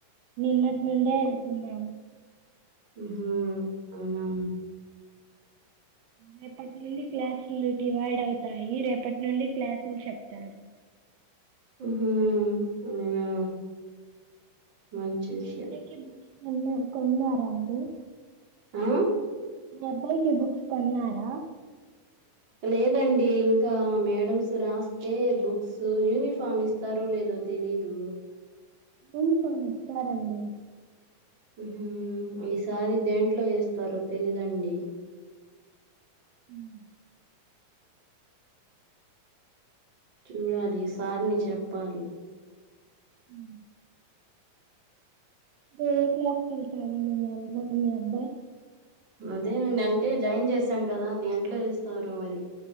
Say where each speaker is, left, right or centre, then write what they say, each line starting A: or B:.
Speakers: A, on the right; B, on the right.
A: నిన్నటి నుండే వెళ్తున్నాం
B: హ్మ్ అవునా
A: రేపటి నుండి క్లాసులు డివైడ్ అవుతాయి రేపటి నుండి క్లాసులు చెప్తారు
B: హ్మ్ అవునా మంచి విషయం
A: ఏమైనా కొన్నారా అండి
B: ఆ
A: మీ అబ్బాయికి బుక్స్ కొన్నారా
B: లేదండి ఇంకా మేడమ్స్ రాస్తే బుక్స్ యూనిఫార్మ్ ఇస్తారు లే లేదో తెలిదు
A: యూనిఫామ్ ఇస్తారండి
B: హ్మ్ హు ఈసారి దేంట్లో ఏస్తారో తెలీదండి
A: ఉమ్
B: చూడాలి సార్ని చెప్పాలి
A: హ్మ్ ఏ క్లాస్ కి వెళ్తారు మీ అమ్ మీ అబ్బాయ్
B: అదేనండి అంటే జాయిన్ చేసాం కదా దేంట్లో వేస్తారో మరి